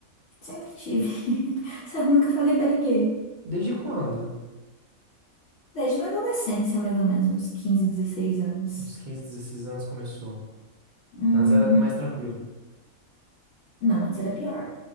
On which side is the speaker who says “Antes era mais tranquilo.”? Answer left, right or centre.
Right